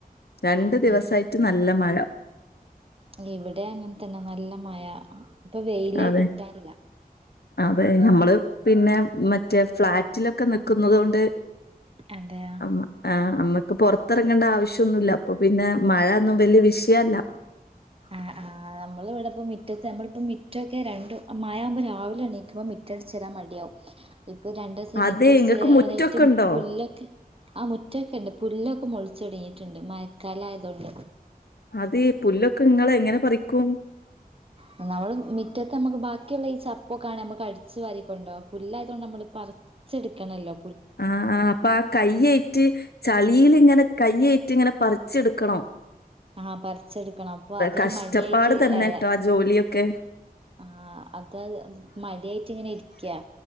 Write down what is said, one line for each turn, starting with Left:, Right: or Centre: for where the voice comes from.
Left: രണ്ടു
Right: അതെ
Left: ദിവസായിട്ട് നല്ല മഴ
Right: ഇവിടെ അങ്ങനെ തന്നെ നല്ല മയ ഇപ്പൊ വെയിലേ
Left: അതെ
Right: കിട്ടാറില്ല
Left: അതെ ഞമ്മള് പിന്നെ മറ്റേ ഫ്ളാറ്റിലൊക്കെ നിക്കുന്നുന്നത് കൊണ്ട്
Right: അതെയോ
Left: <unintelligible> ആഹ് നമ്മുക്ക് പോറത്തിറങ്ങേണ്ട ആവശ്യന്നുമല്ല അപ്പൊ പിന്നെ മഴൊന്നും വലിയ വിഷയല്ല
Right: ഉ ആഹ് ആഹ് നമ്മൾ ഇവിടെപ്പോ മിറ്റത്ത് നമ്മളിപ്പോ മിറ്റൊക്കെ രണ്ട് മഴവുമ്പോ രാവിലെ എണീക്കുമ്പോ മ മിറ്റടിച്ചിരാൻ മടിയാവും ഇപ്പൊ രണ്ട ദിവസം
Left: അതെ
Right: മിറ്റടിച്ചിയിറ്റും
Left: ഇങ്ങക്ക് മുറ്റൊക്കെ ഉണ്ടോ
Right: പുല്ലൊക്കെ ആഹ് മുറ്റൊക്കെണ്ട് പുല്ലൊക്കെ മുളിച്ച തുടങ്ങിയിട്ടുണ്ട് മയക്കാല ആയതുകൊണ്ട്
Left: അതെ പുല്ലൊക്കെ നിങ്ങള് എങ്ങനെ പറിക്കും
Right: നമ്മളേ മ മുറ്റത്തെ നമ്മുക്ക് ബാക്കിയുള്ള ഈ ചപ്പൊക്കെണ നമുക്ക് അടിച്ചു വരിക്കൊണ്ടോ പുല്ലായതുകൊണ്ട് നമ്മള് പറ ച്ടുക്കണല്ലോ
Left: ആഹ ആഹ് അപ്പ കയേറ്റ് ചളിൽങ്ങനെ കയ്യേറ്റ് ഇങ്ങനെ പറിച്ചെടുക്കണോ
Right: ആഹ് പറിച്ചെടുക്കണം അപ്പൊ അതൊരു
Left: കഷ്ടപ്പാട്
Right: മടിയായിട്ട്
Left: തന്നെട്ടോ
Right: ആയതാ
Left: ആ ജോലിയൊക്കെ
Right: ആഹ് അത മടിയായിട്ട് ഇങ്ങനെ ഇരിക്ക